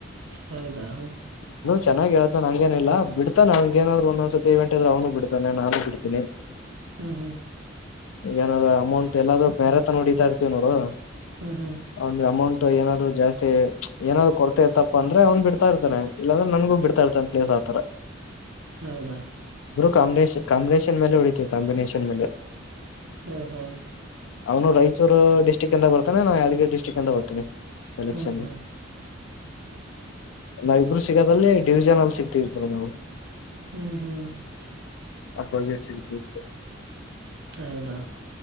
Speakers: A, on the right (about 75°); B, on the left (about 75°).
A: ಹೌದಾ ಹಾ
B: ಚೆನ್ನಾಗಿ ಹೇಳ್ತಾ ಹಂಗೇನಿಲ್ಲ ಬಿಡ್ತಾನ ಹಂಗ ಏನಾದ್ ಒಂದ್ಸತಿ ಇವೆಂಟ್ ಇದ್ರ ಅವನು ಬಿತಾನ ನಾನು ಬಿಡ್ತೀನಿ
A: ಹ್ಮ್ ಹ್ಮ್
B: ಈ ಏನಾದ್ರು ಅಮೌಂಟ್ ಎಲ್ಲಾದ್ರು ಬೇರೆ ತ ನ ಹೊಡಿತಾ ಇರ್ತೀವಿ ನೋಡು
A: ಹ್ಮ್ ಹ್ಮ್
B: ಆ ಅಮೌಂಟ್ ಏನಾದ್ರು ಜಾಸ್ತಿ ಏನಾದ್ರು ಕೊಡ್ತ ಇತ್ತಪ್ಪ ಅಂದ್ರೆ ಅವ್ನು ಬಿಡ್ತಾ ಇತಾನೆ ಇಲ್ಲಾರೆ ನನ್ಗ ಬಿಡ್ತ ಇರ್ತಾನ ಪ್ಲಸ್ <inaudible>
A: ಹೌದಾ
B: ಕಾಂಬಿನೇನ್ ಕಾಂಬಿನೇಷನ್ ಮೇಲೆ ಉಳಿತೀವಿ ಕಾಂಬಿನೇಷನ್ ಮೇಲೆ
A: ಹಾ ಹಾ
B: ಅವನು ರಾಯಚೂರು ಡಿಸ್ಟ್ರಿಕ್ ಇಂದ ಬರ್ತಾನೆ ನಾ ಯಾದಗಿರಿ ಡಿಸ್ಟ್ರಿಕ್ ಇಂದ ಬರ್ತನಿ ಸೆಲೆಕ್ಷನ್
A: ಹ್ಮ್ ಹ್ಮ್
B: ನಾವಿಬರು ಸಿಗಾದಲ್ಲಿ ಡಿವಿಜನ್ ಅಲ್ಲಿ ಸಿಗ್ತೀವಿ ಇಬರು ನಾವು
A: ಹ್ಮ್ ಹ್ಮ್
B: ಅಪೋಸಿಟ್ ಸಿಕ್ತೀವಿ
A: ಹೌದಾ